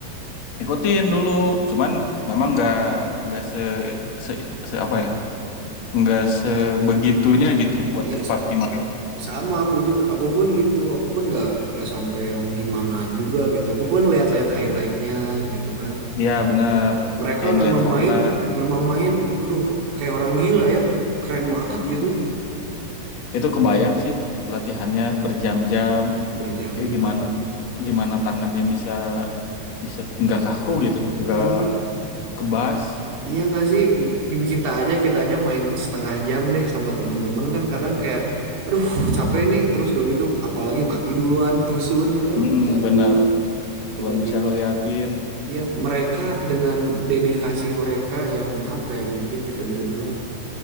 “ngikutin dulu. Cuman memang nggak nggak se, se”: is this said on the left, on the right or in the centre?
Left